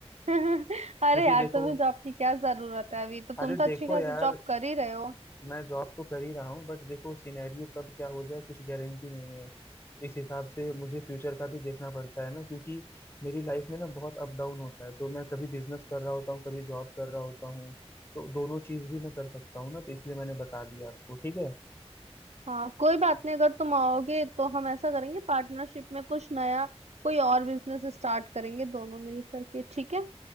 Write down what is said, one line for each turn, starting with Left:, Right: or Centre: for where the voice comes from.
Right: <laughs> अरे
Left: क्योंकि
Right: यार
Left: देखो
Right: तुम्हें जॉब की क्या जरूरत है अभी तो तुम
Left: अरे
Right: तो अच्छी
Left: देखो
Right: खासी
Left: यार
Right: जॉब कर ही रहे हो
Left: मैं जॉब तो कर ही रहा हूँ बट देखो सिनेरियो कब क्या हो जाए कुछ गारंटी नहीं है तो इस हिसाब से मुझे फ्यूचर का भी देखना पड़ता है ना क्योंकि मेरी लाइफ में ना बहुत अप डाउन होता है तो मैं कभी बिजनेस कर रहा होता हूँ कभी जॉब कर रहा होता हूँ तो दोनों चीज भी मैं कर सकता हूँ ना तो इसलिए मैंने बता दिया आपको ठीक है
Right: हाँ कोई बात नहीं अगर तुम आओगे तो हम ऐसा करेंगे पार्टनरशिप में कुछ नया कोई और बिजनेस स्टार्ट करेंगे दोनों मिल करके ठीक है